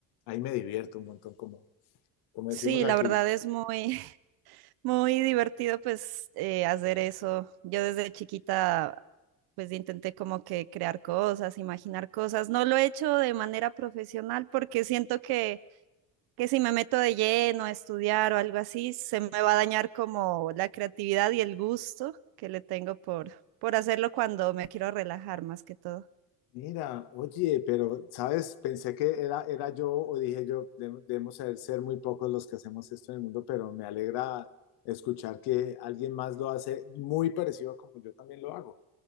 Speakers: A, on the left; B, on the right.
A: ahí me divierto un montón, como, como decimos
B: Sí,
A: aquí,
B: la verdad es muy, <laughs> muy divertido pues eh, hacer eso. Yo desde chiquita pues intenté como que crear cosas, imaginar cosas. No lo he hecho de manera profesional porque siento que, que si me meto de lleno a estudiar o algo así, se me va a dañar como la creatividad y el gusto que le tengo por, por hacerlo cuando me quiero relajar más que todo.
A: Mira, oye, pero, ¿sabes? Pensé que era, era yo o dije yo, de- debemos ser, ser muy pocos los que hacemos esto en el mundo, pero me alegra escuchar que alguien más lo hace muy parecido a como yo también lo hago.